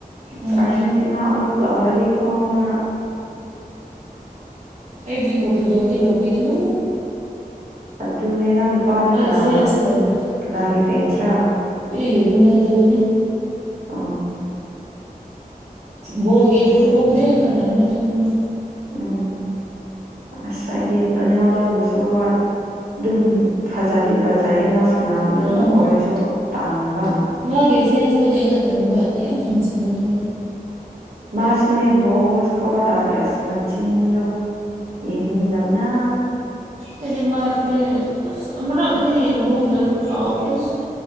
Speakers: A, on the right (about 50°); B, on the right (about 75°).
A: ꯎꯝ
B: ꯑꯥꯔꯖꯦꯟꯇꯤꯅꯥ ꯑꯃꯨꯛ ꯂꯥꯎꯔꯗꯤꯀꯣꯅ
A: ꯑꯩꯗꯤ ꯄꯣꯔꯇꯨꯒꯜ ꯗꯤ ꯂꯥꯎꯕꯤ ꯒꯅꯨ
B: ꯑꯗꯨꯅꯦ ꯅꯪ ꯅꯨꯄꯥꯗ
A: ꯃꯥꯏ
B: ꯀꯅꯥ
A: ꯐ꯭ꯔꯦꯟꯁ ꯈꯣꯏꯅ
B: ꯀꯅꯥꯒꯤ ꯐꯦꯟꯁ꯭ꯔꯥ
A: ꯏ ꯔꯣꯅꯥꯜꯗꯣꯅꯤ
B: ꯑꯣ
A: ꯕꯣꯜꯒꯤ ꯑꯗꯨꯝ ꯊꯣꯛꯄ ꯈꯨꯗꯤꯡ ꯈꯠꯅꯕꯅꯤꯅ
B: ꯎꯝ ꯑꯁ ꯑꯩꯗꯤ ꯔꯣꯅꯜꯗꯣꯕꯨꯁꯨ ꯍꯣꯏ ꯑꯗꯨꯝ ꯐꯖꯗꯤ ꯐꯖꯩꯌꯦ ꯃꯥ ꯁꯥꯟꯅꯕꯗꯣ ꯑꯗꯨ
A: ꯑꯥ
B: ꯑꯣꯏꯔꯁꯨ ꯇꯥꯟꯕ
A: ꯃꯥꯒꯤ ꯐꯦꯟꯁꯄꯨꯗꯤ ꯑꯩꯅ ꯇꯝꯕ ꯌꯥꯝ ꯌꯦꯡꯖꯤꯟꯕꯒꯤ
B: ꯃꯥꯁꯨꯅꯦ ꯒꯣꯜꯒꯨꯝꯕ ꯁꯀꯣꯔ ꯇꯧꯔꯗꯤ ꯑꯁ ꯃꯆꯤꯟꯗꯣ ꯌꯦꯡꯅꯤꯡ ꯂꯕꯅꯥ
A: ꯑꯩꯗꯤ ꯃꯥꯏ ꯄ꯭ꯂꯦ ꯑꯁ ꯑꯃꯨꯔꯛꯅꯤ ꯌꯦꯡꯕꯒꯨꯝꯗ ꯑꯗꯨ ꯀꯥꯎꯈ꯭ꯔꯦꯗ